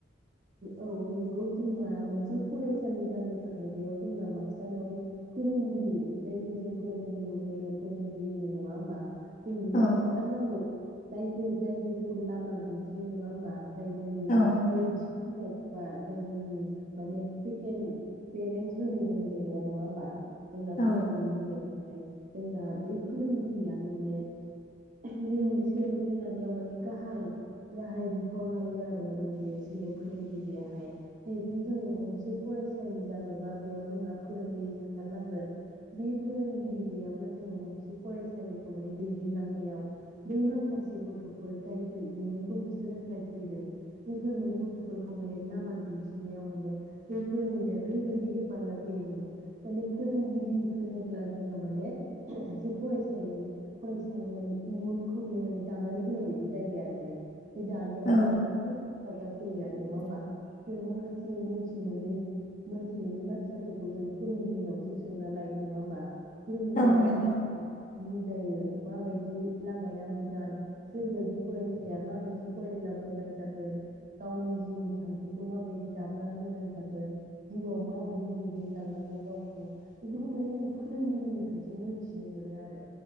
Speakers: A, on the right; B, on the left.
A: औ नोंगौ जोंना मोनसे फरायसालि जानो थाखाय बेयाव जोंना मास्टार नङा फोरोंगिरि जायखौ जों फोरोंगुरु होनो फोरोंगिरि होनो नङा होमबा जों बे
B: औ
A: थाथारनांगौ जायफोर जायफोर जोंखौ लामा दिन्थियो नङा होमबा जाय जोंनि
B: औ
A: नैथि बिमा बिफा जाय जोंनि माने सेकेणड पेरेन्स होनो जों जेनेबा नङा होमबा जोंना
B: औ
A: फोरोंगिरि होनदों जोंना बे फोरोंगिरियानो माने जोंनि सोलोंथाइ लानायाव माने गाहाय गाहाय बिफाव लायो आरो माने बियो सोलोंथाइ फोरोंगिरियाहाय जिहेथु जोङो गंसे फरायसालि जानोबा बेयाव जोंना फोरोंगिरि थाथारनांगोन बे फोरोंगिरि गैयाब्ला जोङो गंसे फरायसालिखौ माने दैदेनलांनायाव बै माखासे गथ'फोर जायफोर इयुनखौ होसोनो थाखाय फैदों बैफोर माने गथ' गुथुफोरखौ माने लामा दिन्थिनायाव माने बे फोरोंगिरिया ओरैबायदि हेफाजाब होयो माने माने फोरोंगिरि होनोब्ला जोंना माने सासे फरायसालिनि फरायसानि माने इयुनखौ बियो माने दानानै होनाय बायदि जायो आरो माने बि दानायाव माने
B: औ
A: जोबोद हेफाजाब फैयो आरो नङा होमबा जों माखासे मोनथि मोनै मोनथि मोनै बाथ्राफोरखौ जों फोरोंगिरिनावसो सोंना लायो नङा होमबा फोरोंगिरिया
B: औ
A: जोंखौहाय
B: नंगौ
A: <unintelligible> जायो माबायदि लामाया मोजां सोरबायदि फरायसाया माबायदि फरायब्ला मोजां जागोन गावनि जिउनि थांखिखौ माबायदि दाब्ला मोजां जागोन जिउआव माबायदि दैदेनलांनांगौ गावखौ बेफोरखौ माने जों फोरोंगिरिनिफ्रायसो मोनथिनो मोनो आरो